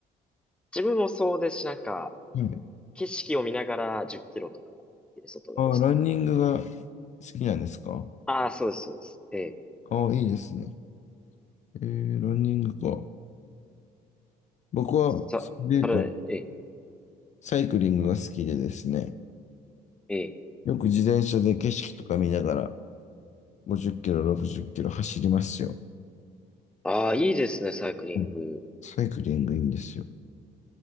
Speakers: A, in the centre; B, on the left.
A: 自分もそうですし、なんか、
B: い
A: 景色を見ながら10キロとか、外で走ったり。
B: あ、ランニングが好きなんですか
A: ああ、そうです、そうです。ええ。
B: あ、いいですね。えー、ランニングか。僕は、
A: さ、
B: それで言うと、
A: それね、ええ、
B: サイクリングが好きでですね、
A: ええ。
B: よく自転車で景色とか見ながら、50キロ、60キロ走りますよ。
A: ああ、いいですね、サイクリング。
B: うんサイクリングいいんですよ。